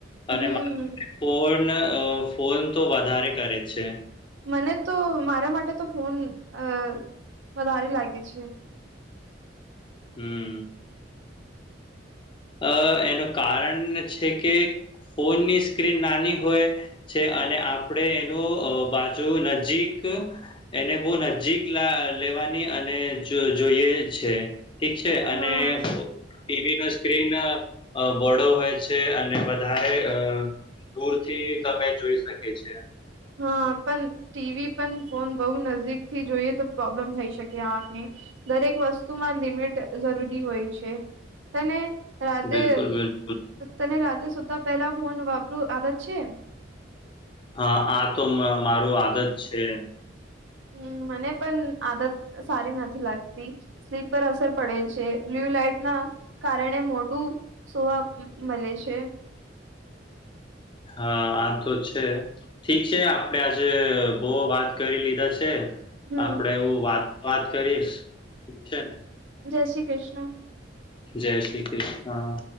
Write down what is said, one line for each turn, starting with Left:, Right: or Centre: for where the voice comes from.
Right: અહ
Left: અને
Right: હમ્મ
Left: ફોન ફોન તો વધારે કરે છે.
Right: મને તો મારા માટે તો ફોન અ વધારે લાગે છે.
Left: હમ. અ એનું કારણ છે કે ફોનની સ્ક્રીન નાની હોય. છે અને આપડે એનું બાજુ નજીક. એને બહુ નજીક લેવાની અને જોઈએ છે. ઠીક છે અને
Right: હા
Left: ટીવી ન સ્ક્રીન બોડો હોય છે અને વધારે અ દૂર થી તમે જોઈ શકે છે.
Right: હા પણ ટીવી પણ ફોન બહુ નજીકથી જોઈએ તો પ્રોબ્લેમ થઈ શકે આંખને. દરેક વસ્તુમાં લિમિટ જરૂરી હોય છે, તને રાતે
Left: બિલકુલ, બિલકુલ.
Right: તને રાતે સુતા પહેલા ફોન વાપરું આદત છે?
Left: હા આ તો મારું આદત છે.
Right: હમ મને પણ આદત સારી નથી લાગતી. સ્લીપ પર અસર પડે છે બ્લ્યુ લાઈટ ના, કારણે મોટું સોવા મળે છે.
Left: હા આ તો છે. ઠીક છે આપડે આજે બહ વાત કરી લીધા છે.
Right: હમ
Left: આપડે એવું વાત વાત કરીશક, છે ને.
Right: જય શ્રી કૃષ્ણ.
Left: જય શ્રી કૃષ્ણ.